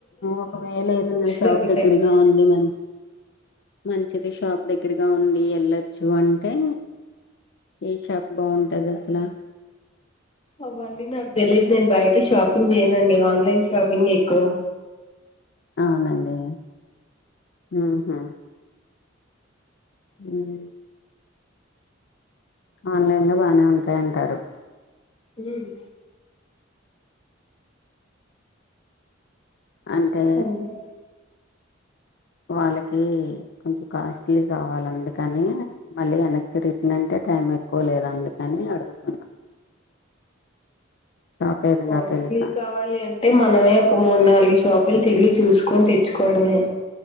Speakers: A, on the left; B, on the left.
A: ఒకవేళ ఏదన్నా షాప్
B: దొరుకుతాయి
A: దగ్గరగా ఉంది మంచి మంచిది షాప్ దగ్గరగా ఉంది ఎళ్లచ్చు అంటే ఏ షాప్ బావుంటది అసల
B: అవన్నీ నాకు తెలీయదు నేను బయట షాపింగ్ చేయనుండి ఆన్లైన్ షాపింగ్ ఎక్కువ
A: అవునండి ఊహూ హ్మ్ ఆన్లైన్ లో బానే ఉంటాయంటారు
B: హ్మ్
A: అంటే
B: అవును
A: వాళ్ళకి కొంచెం కాస్ట్లీ కావాలి అందుకని మళ్ళీ వెనక్కి రిటర్న్ అంటే టైం ఎక్కువ లేదు అందుకని అడుగుతున్నా షాప్ ఏదన్నా
B: కాస్ట్లీ
A: తెలుసా
B: కావాలి అంటే మనమే ఒక మూడు నాలుగు షా లోపల తిరిగి చూసుకొని తెచ్చుకోవడమే